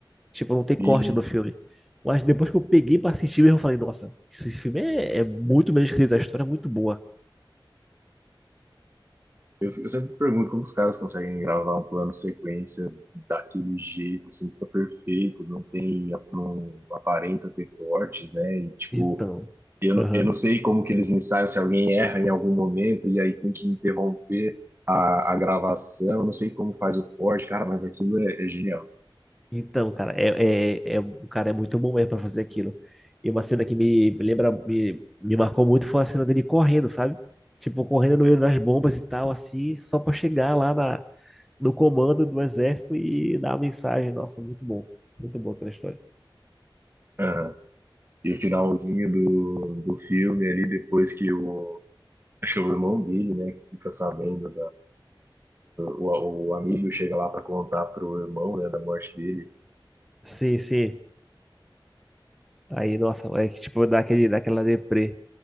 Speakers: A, in the centre; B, on the right.
A: Tipo, não tem corte
B: E
A: no filme. Mas depois que eu peguei pra assistir mesmo, eu falei, nossa, esse filme é, é muito bem escrito, a história é muito boa.
B: eu, eu sempre pergunto como os caras conseguem gravar um plano sequência daquele jeito, assim, fica perfeito, não tem, não aparenta ter cortes, né? E, tipo,
A: Então,
B: eu,
A: aham.
B: eu não sei como que eles ensaiam, se alguém erra em algum momento e aí tem que interromper a, a gravação, não sei como faz o corte, cara, mas aquilo é, é genial.
A: Então, cara, é, é, é- o cara é muito bom mesmo pra fazer aquilo. E uma cena que me lembra, me, me marcou muito foi a cena dele correndo, sabe? Tipo, correndo no meio das bombas e tal, assim, só pra chegar lá na, no comando do exército e dar a mensagem. Nossa, muito bom. Muito boa aquela história.
B: Aham. E o finalzinho do, do filme ali, depois que o, acho que é o irmão dele, né, que fica sabendo O, o amigo chega lá pra contar pro irmão, né, da morte dele.
A: Sim, sim. Aí, nossa, é que, tipo, dá aquele, dá aquela deprê.